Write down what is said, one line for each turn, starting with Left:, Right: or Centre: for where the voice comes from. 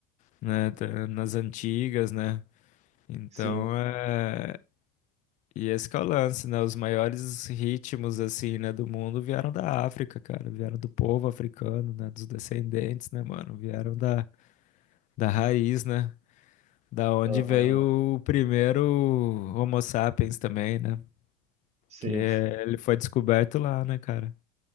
Left: né, tá nas antigas, né? Então
Right: sim,
Left: é. E esse que é o lance, né? Os maiores ritmos, assim, né, do mundo vieram da África, cara. Vieram do povo africano, né? Dos descendentes, né, mano? Vieram da, da raiz, né? Da onde
Right: aham,
Left: veio o primeiro Homo sapiens também, né?
Right: sim.
Left: Que é- ele foi descoberto lá, né, cara?